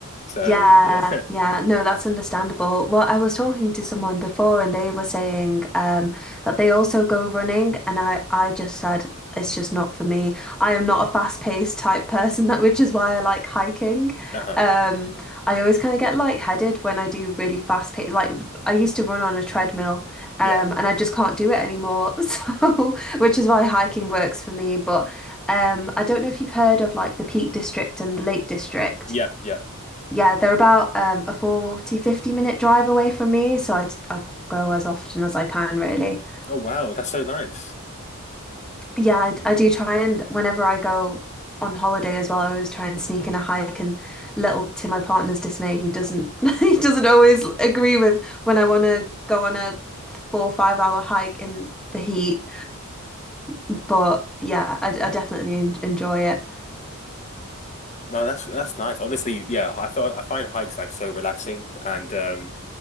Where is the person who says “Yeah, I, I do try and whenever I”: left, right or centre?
Centre